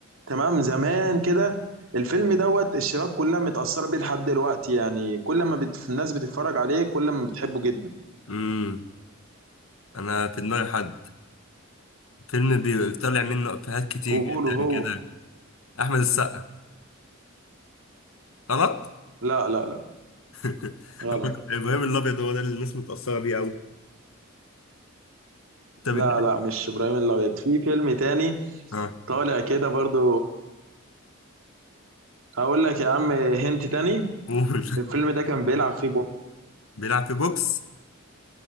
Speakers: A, on the right; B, on the left.
A: تمام زمان كده الفيلم دوت الشباب كلها متأثرة بيه لحد دلوقتي يعني كل ما بت... الناس بتتفرج عليه كل ما بتحبه جدا
B: امم أنا في دماغي حد فيلم بيطلع منه إفيهات كتير
A: وقولوا هو
B: جدا كده أحمد السقا غلط
A: لا لا لا
B: <laughs>
A: غلط
B: إبراهيم الأبيض هو ده اللي الناس متأثرة بيه أوي طب
A: لا
B: إديني-
A: لا مش إبراهيم الأبيض في فيلم تاني
B: اه
A: طالع كده برضو هقول لك يا عم هنت تاني
B: قول
A: الفيلم ده كان بيلعب فيه جو
B: <laughs> بيلعب في بوكس